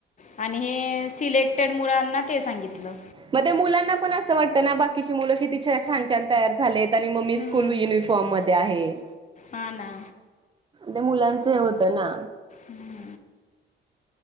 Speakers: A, on the left; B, on the right.
A: आणि हे सिलेक्टेड मुलांना ते सांगितलं.
B: मग तेमुलांना पण असं वाटतं ना, बाकीची मुलं किती छान छान तयार झालेत. आणि मग मी
A: हम्म,
B: स्कूल युनिफॉर्म मध्ये आहे.
A: हा ना.
B: ते मुलांचं हे होतं ना.
A: हम्म.